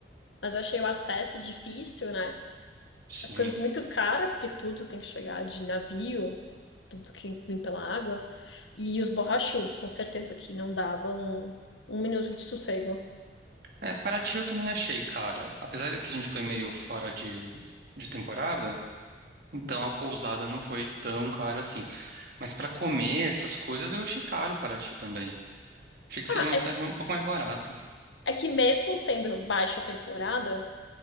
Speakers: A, on the left (about 80°); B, on the right (about 55°).
A: mas eu achei o acesso difícil, né?
B: Sim.
A: As coisas muito caras, porque tudo tem que chegar de navio, tudo que vem pela água. E os borrachudos, com certeza, que não davam um um minuto de sossego.
B: É, Paraty eu também achei, cara. Apesar de que a gente foi meio fora de, de temporada, então a pousada não foi tão cara assim. Mas pra comer essas coisas eu achei caro Paraty também. Achei que
A: Ah,
B: seria uma
A: é,
B: cidade um pouco mais barata.
A: é que mesmo sendo baixa temporada.